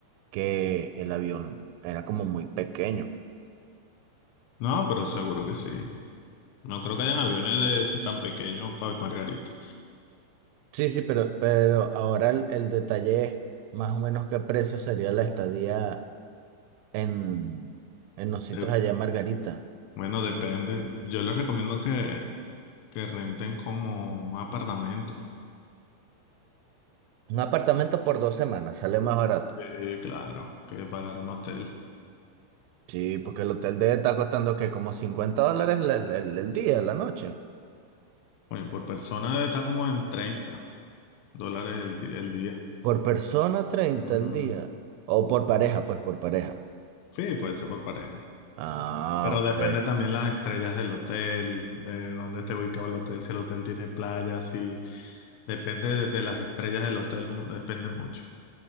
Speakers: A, on the right (about 85°); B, on the left (about 80°).
A: que el avión era como muy pequeño.
B: No, pero seguro que sí. No creo que hayan aviones de, tan pequeños para Margarita.
A: Sí, sí, pero, pero ahora el, el detalle es más o menos qué precio sería la estadía en, en los sitios
B: Eh,
A: allá en Margarita.
B: Bueno, depende. Yo les recomiendo que, que renten como un apartamento.
A: Un apartamento por dos semanas sale más barato.
B: Sí, claro, que pagar un hotel.
A: Sí, porque el hotel debe estar costando que como 50 dólares el, el- el- el día, la noche.
B: Bueno, por persona está como en treinta dólares el, di- el día.
A: Por persona treinta
B: Ujú.
A: el día. O por pareja, pues por pareja.
B: Sí, puede ser por pareja.
A: Ah,
B: Pero
A: ok.
B: depende también las estrellas del hotel, de dónde esté ubicado el hotel, si el hotel tiene playa, si... Depende de, de las estrellas del hotel, mu- depende mucho.